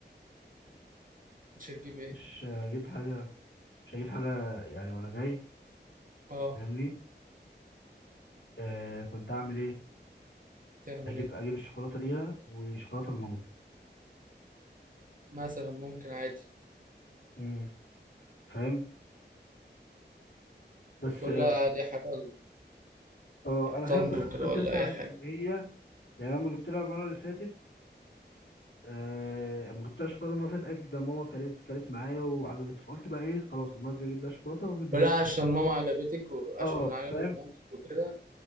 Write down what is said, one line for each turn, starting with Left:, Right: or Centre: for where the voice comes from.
Right: مش هتجيب ايه
Left: مش هجيب حاجه مش هجيب حاجه يعني وانا جاي
Right: اه
Left: فاهمني آه كنت اعمل ايه
Right: تعمل
Left: اجيب
Right: ايه
Left: اجيب الشوكولاته ليها وشوكولاته لمامتها
Right: مثلا ممكن عادي
Left: امم فاهم بس
Right: تقول
Left: اه
Right: لها دي حاجه
Left: آه، انا
Right: طنط
Left: خايف بقى لسه
Right: كده
Left: تزعل
Right: ولا اي حاجه
Left: ان هي يعني لما جبت لها المره اللي فاتت آه لما جبت لها شوكولاته المره اللي فاتت قالت لي ده ماما كلت كلت معايا وعجبت فقلت بقى ايه خلاص المره الجايه اجيب لها شوكولاته واجيب
Right: ولا
Left: لمامتها
Right: عشان ماما عجبتك وعشان
Left: اه
Right: انا عجبت
Left: فاهم
Right: مامتك وكده